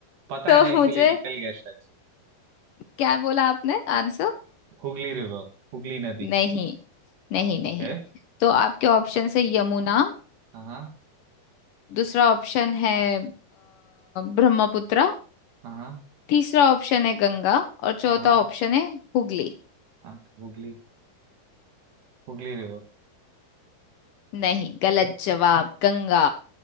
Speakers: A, on the right; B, on the left.
A: पता
B: तो
A: है ना
B: मुझे
A: इसीलिए निकल गया शायद से
B: क्या बोला आपने आंसर
A: हुगली रिवर हुगली नदी
B: नहीं नहीं नहीं
A: ओके
B: तो आपके ऑप्शन है यमुना
A: हाँ हाँ
B: दूसरा ऑप्शन है अ, ब्रह्मपुत्र
A: हाँ
B: तीसरा ऑप्शन है गंगा और चौथा
A: हाँ
B: ऑप्शन है हुगली
A: हाँ तो हुगली हुगली रिवर
B: नहीं गलत जवाब गंगा